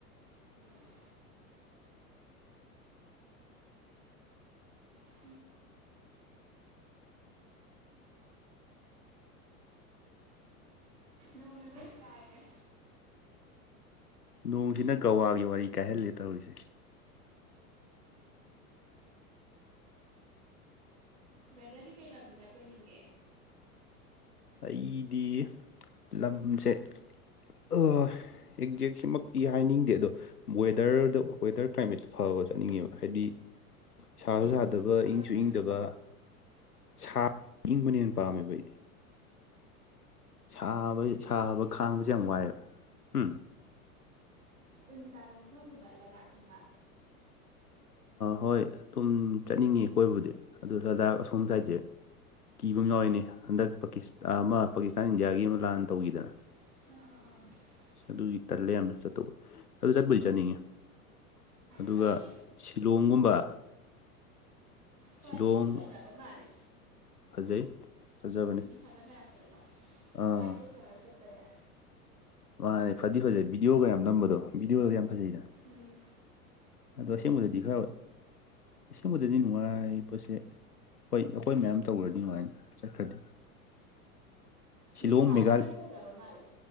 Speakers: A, on the right; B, on the left.
A: <inaudible> <inaudible> <inaudible> ꯅꯧꯅ ꯂꯣꯏ ꯆꯥꯏꯒ꯭ꯔꯦ꯫
B: ꯅꯣꯡꯁꯤꯅ ꯒꯋꯥꯒꯤ ꯋꯥꯔꯤ ꯀꯥꯏꯍꯜꯂꯦ ꯇꯧꯔꯤꯁꯦ꯫
A: ꯕ꯭ꯔꯗꯔꯗꯤ ꯀꯩ ꯂꯝꯗ ꯀꯣꯏꯅꯤꯡꯒꯦ꯫
B: ꯑꯩꯗꯤ ꯂꯝꯁꯦ ꯑ ꯑꯦꯛꯖꯦꯛꯁꯤꯃꯛꯇꯤ ꯍꯥꯏꯅꯤꯡꯗꯦ ꯑꯗꯣ ꯋꯦꯗꯔꯗ ꯋꯦꯗꯔ ꯀ꯭ꯂꯥꯏꯃꯦꯠ ꯐꯕ ꯆꯠꯅꯤꯡꯉꯦꯕ ꯍꯥꯏꯗꯤ ꯁꯥꯁꯨ ꯁꯥꯗꯕ
A: ꯃꯤꯅꯤꯠ ꯃꯉꯥꯃꯨꯛ
B: ꯏꯪꯁꯨ
A: ꯋꯥꯔꯤ
B: ꯏꯪꯗꯕ꯫ ꯁꯥ ꯏꯪꯕꯅ ꯍꯦꯟꯅ ꯄꯥꯝꯃꯦꯕ ꯑꯩꯗꯤ꯫ ꯁꯥꯕ
A: ꯑꯗꯨꯗꯤ
B: ꯁꯥꯕ
A: ꯀꯩꯅꯣꯒꯨꯝꯕ
B: ꯈꯥꯡꯕꯁꯦ ꯌꯥꯝ ꯋꯥꯏꯑꯦꯕ ꯎꯝ
A: ꯎꯟ ꯇꯥꯕ ꯃꯐꯝꯒꯨꯝꯕ ꯂꯗꯥꯛꯀꯨꯝꯕ꯫
B: ꯍꯣꯏ ꯑꯗꯨꯝ ꯆꯠꯅꯤꯡꯉꯤ ꯀꯣꯏꯕꯨꯗꯤ ꯑꯗꯨ ꯁꯗꯥꯛ ꯑꯁꯣꯝ ꯁꯥꯏꯠꯁꯦ ꯀꯤꯕꯃꯥ ꯌꯥꯎꯏꯅꯦ ꯍꯟꯗꯛ ꯄꯥꯀꯤꯁ ꯑꯃ ꯄꯥꯀꯤꯁꯇꯥꯟ ꯏꯟꯗꯤꯌꯥꯒꯤ ꯑꯃ ꯂꯥꯟꯅ ꯇꯧꯋꯤꯗꯅ
A: ꯑꯥ ꯑꯥ ꯑꯥ
B: ꯑꯗꯨꯒꯤ ꯇꯜꯂꯦ ꯌꯥꯝꯅ ꯆꯠꯇꯧꯕ ꯑꯗꯨ ꯆꯠꯄꯨꯗꯤ ꯆꯠꯅꯤꯡꯉꯤ ꯑꯗꯨꯒ
A: ꯐꯗꯤ
B: ꯁꯤꯂꯣꯡꯒꯨꯝꯕ
A: ꯐꯗꯤ
B: ꯁꯤꯂꯣꯡ
A: ꯑꯗꯨꯝ ꯐꯖꯕ ꯃꯥꯜꯂꯦ
B: ꯐꯖꯩ ꯐꯖꯕꯅꯦ
A: ꯃꯤ ꯊꯥꯒꯠꯅꯔꯛꯄꯗꯀꯣ
B: ꯑꯥ
A: ꯕꯥꯏꯛꯀ ꯊꯧꯔ ꯆꯠꯄꯁꯦ
B: ꯃꯥꯅꯦ ꯐꯗꯤ ꯐꯖꯩ ꯚꯤꯗꯤꯑꯣꯒ ꯌꯥꯝ ꯅꯝꯕꯗꯣ ꯚꯤꯗꯤꯑꯣꯒꯗꯤ ꯌꯥꯝ ꯐꯖꯩꯗꯅ꯫
A: ꯎꯝ꯫
B: ꯑꯗꯣ ꯑꯁꯦꯡꯕꯗꯗꯤ ꯈꯔꯕ ꯑꯁꯦꯡꯕꯗꯗꯤ ꯅꯨꯡꯉꯥꯏꯕꯁꯦ ꯍꯣꯏ ꯑꯈꯣꯏ ꯃꯌꯥꯝ ꯇꯧꯔꯗꯤ ꯅꯨꯡꯉꯥꯏꯅꯤ ꯆꯠꯈ꯭ꯔꯗꯤ꯫ ꯁꯤꯂꯣꯡ
A: ꯅꯦꯄꯥꯜꯁꯦ
B: ꯃꯦꯘꯜ
A: ꯌꯥꯝ ꯐꯖꯕ ꯃꯥꯜꯂꯦ